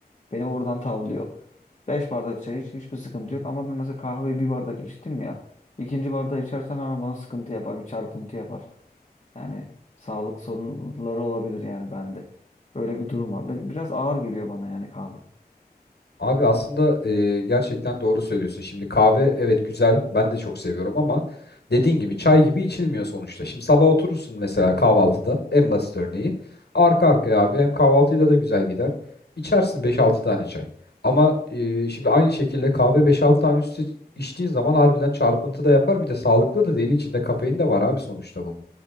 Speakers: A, on the left (about 40°); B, on the left (about 85°).
A: Beni oradan tavlıyor. 5 bardak çay iç hiçbir sıkıntı yok ama ben mesela kahveyi bir bardak içtim ya. İkinci bardağı içersem hemen bana sıkıntı yapar bir çarpıntı yapar. Yani sağlık sorunları olabilir yani bende. Böyle bir durum var. Biraz ağır geliyor bana yani kahve.
B: Abi aslında e, gerçekten doğru söylüyorsun. Şimdi kahve evet güzel. Ben de çok seviyorum ama dediğin gibi çay gibi içilmiyor sonuçta. Şimdi sabah oturursun mesela kahvaltıda en basit örneği. Arka arkaya abi hem kahvaltıyla da güzel gider. İçersin beş altı tane çay. Ama e, şimdi aynı şekilde kahve beş altı tane üstü içtiğin zaman harbiden çarpıntı da yapar. Bir de sağlıklı da değil. içinde kafein de var abi sonuçta bunun.